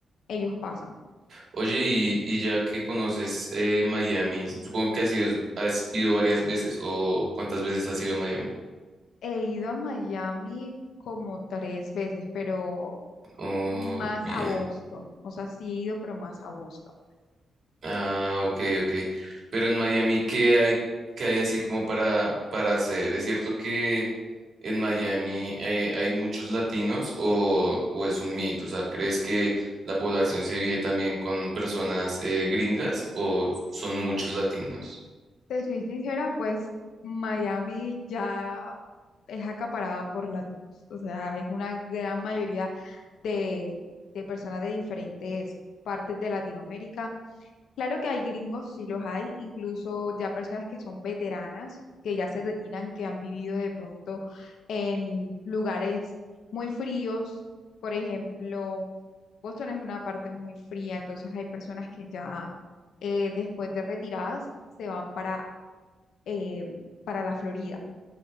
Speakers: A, on the left (about 85°); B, on the right (about 45°).
A: ellos pasan.
B: Oye,
A: Ya.
B: y, y ya que conoces eh, Miami, supongo que has ido, has ido varias veces, o cuántas veces has ido a Miami.
A: He ido a Miami como tres veces, pero
B: Oh,
A: más
B: bien.
A: a Boston, o sea, sí he ido, pero más a Boston.
B: Ah, ok, ok. Pero en Miami, ¿qué hay, qué hay así como para, para hacer? ¿Es cierto que en Miami eh, hay muchos latinos o, o es un mito? O sea, ¿crees que la población se vive también con personas eh, gringas o son muchos latinos?
A: Te soy sincera, pues Miami ya es acaparada por latinos, o sea, es una gran mayoría de, de personas de diferentes partes de Latinoamérica. Claro que hay gringos, sí los hay, incluso ya personas que son veteranas, que ya se retiran, que han vivido de pronto en lugares muy fríos, por ejemplo, Boston es una parte muy fría, entonces hay personas que ya eh, después de retiradas se van para eh, para la Florida,